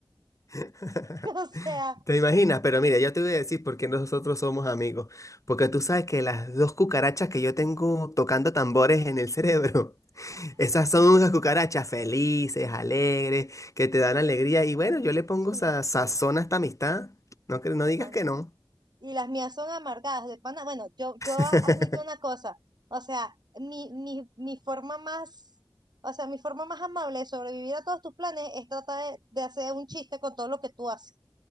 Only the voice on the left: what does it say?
<laughs>
¿Te imaginas? Pero mira, yo te voy a decir por qué nosotros somos amigos. Porque tú sabes que las dos cucarachas que yo tengo tocando tambores en el cerebro, <laughs> esas son unas cucarachas felices, alegres, que te dan alegría. Y bueno, yo le pongo
sa-
sazón a esta amistad. No, cre- no digas
que no.
<laughs>